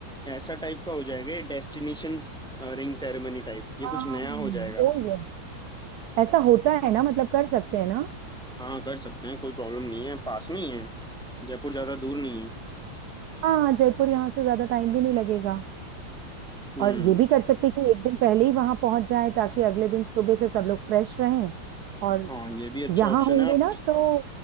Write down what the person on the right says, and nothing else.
हाँ
वो ही है ऐसा होता है ना मतलब कर सकते हैं ना
हाँ जयपुर यहाँ से ज्यादा टाइम भी नहीं लगेगा
और ये भी कर सकते हैं कि एक दिन पहले ही वहां पहुंच जाए ताकि अगले दिन सुबह से सब लोग फ्रेश रहें और
यहाँ
होंगे
ना तो